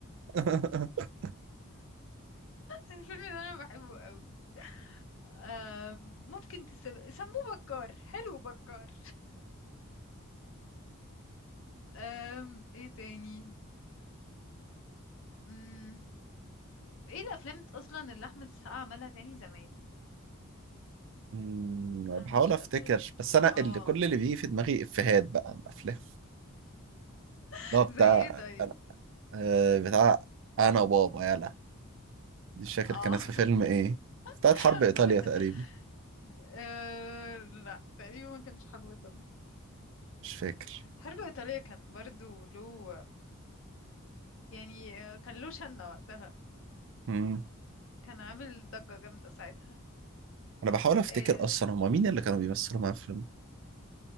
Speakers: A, on the right; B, on the left.
A: <laughs>
B: الفيلم ده انا بحبه قوي آم، ممكن تسم... سموه بكار حلو بكار آم، ايه تاني مم. ايه الافلام اصلا اللي احمد السقا عملها تاني زمان
A: مم،
B: انا
A: بحاول
B: مش
A: افتكر
B: قادر
A: بس انا
B: اه
A: اللي كل اللي بيجي في دماغي افيهات بقى عن الافلام
B: <laughs>
A: اللي هو بتاع
B: زي ايه طيب
A: انا آه، بتاع انا بابا يلا دي مش فاكر
B: اه
A: كانت في فيلم ايه بتاعت
B: <laughs>
A: حرب ايطاليا تقريبا
B: آه، لا تقريبا ما كانش حرب ايطاليا
A: مش فاكر
B: حرب ايطاليا كان برضو له يعني آه، كان له شنة وقتها
A: مم.
B: كان عامل ضجة جامدة ساعتها
A: انا بحاول افتكر
B: آه،
A: اصلا هما مين اللي كانوا بيمثلوا معاه في الفيلم